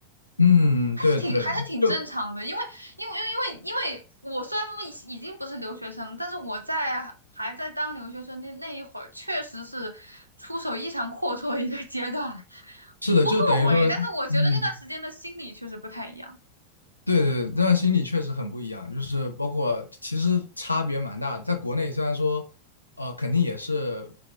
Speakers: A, on the left (about 85°); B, on the right (about 85°).
A: 嗯嗯，对对，
B: 挺还是挺正常的，
A: 就
B: 因为因为因为因为因为我虽然已已经不是留学生了，但是我在还在当留学生那那一会儿，确实是出手异常阔绰的一个阶段，
A: 是的，
B: 我不后悔，
A: 就等于说，
B: 但是我觉得那段时间的心理确实不太一样。
A: 嗯，对对，但心理确实很不一样，就是包括其实差别蛮大的。在国内虽然说，呃，肯定也是，